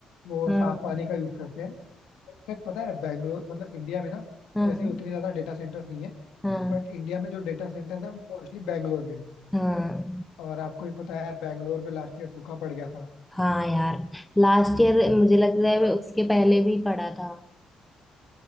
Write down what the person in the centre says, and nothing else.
हम्म
हाँ
हाँ
हाँ
हाँ यार लास्ट ईयर मुझे लग रहा
है उसके पहले भी पढ़ा था